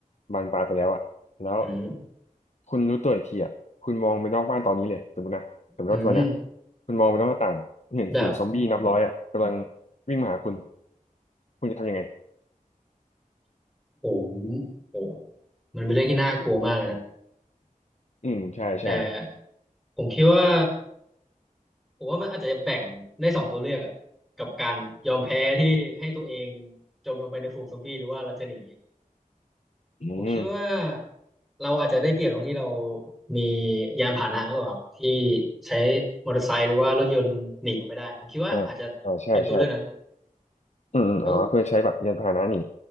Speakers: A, on the left; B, in the centre.
A: บานปลายไปแล้วอะแล้ว
B: อืม
A: คุณรู้ตัวอีกทีอะคุณมองไปนอกบ้านตอนนี้เลยสมมตินะสมมติว่าตอนเนี้ย
B: อืม
A: คุณมองไปนอกหน้าต่างคุณเห็นฝูงซอมบี้นับร้อยอะกำลัง
B: แบบ
A: วิ่งมาหาคุณคุณจะทำยังไง
B: ผมโอ้มันเป็นเรื่องที่น่ากลัวมากเลยนะ
A: อืมใช่ใช่
B: แต่ผมคิดว่าผมว่ามันอาจจะแบ่งได้สองตัวเลือกอะกับการยอมแพ้ที่ให้ตัวเองจมลงไปในฝูงซอมบี้หรือว่าเราจะหนี
A: อืม
B: ผมคิดว่าเราอาจจะได้เปรียบตรงที่เรามียานพาหนะหรือเปล่าที่ใช้มอเตอร์ไซค์หรือว่ารถยนต์หนีออกไปได้ผมคิดว่าอาจจะเป็นตัวเลือกนั้น
A: อ่าอ่าใช่ใช่อืมอมอ๋อเพื่อใช้แบบยานพาหนะหนี
B: แล้ว